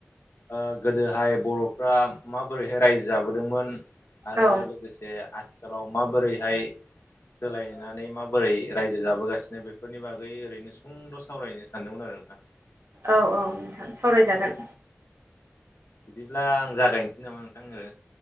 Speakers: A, on the left; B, on the right.
A: ओ गोदोहाय बर'फ्रा माबोरैहाय रायजो जाबोदोंमोन। आरो
B: औ
A: लोगोसे आथिखालाव माबोरैहाय सोलायनानै माबोरै रायजो जाबोगासिनो बेफोरनि बागै ओरैनो सुंद'। सावरायनो सानदोंमोन आरो नोंथां।
B: औ औ नोंथां सावरायजागोन।
A: बिदिब्ला आं जागायनोसै नामा नोंथांनो। ओ